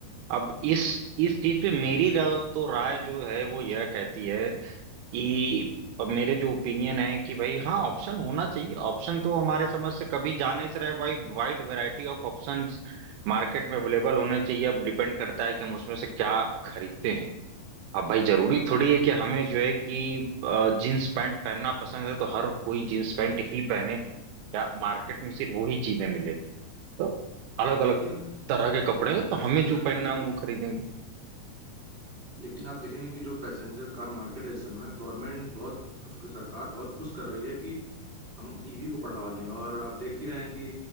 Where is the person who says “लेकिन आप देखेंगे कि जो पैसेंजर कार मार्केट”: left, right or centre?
Right